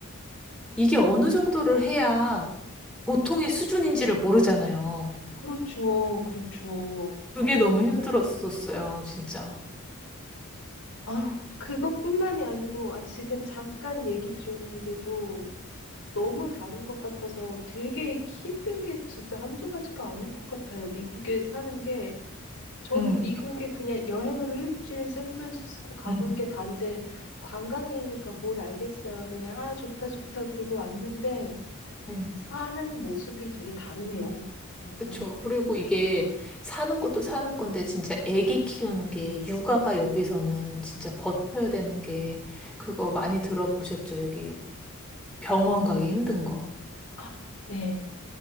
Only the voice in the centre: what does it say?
이게 어느 정도를 해야 보통의 수준인지를 모르잖아요.
그게 너무 힘들었었어요, 진짜.
응,
응.
네.
그쵸. 그리고 이게 사는 것도 사는 건데, 진짜 아기 키우는 게, 육아가 여기서는 진짜 버텨야 되는 게, 그거 많이 들어보셨죠? 여기 병원 가기 힘든 거.